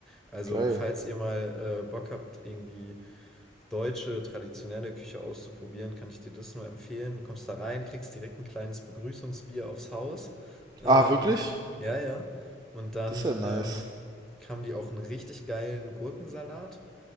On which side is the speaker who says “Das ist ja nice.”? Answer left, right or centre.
Right